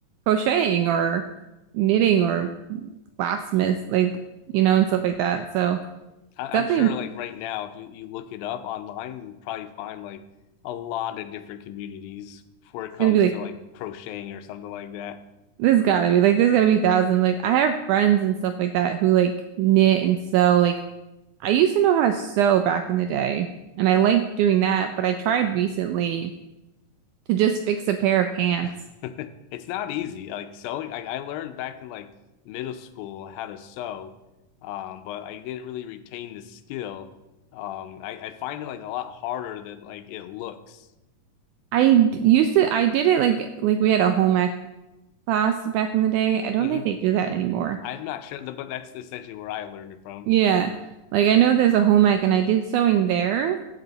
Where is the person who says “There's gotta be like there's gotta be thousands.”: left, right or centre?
Right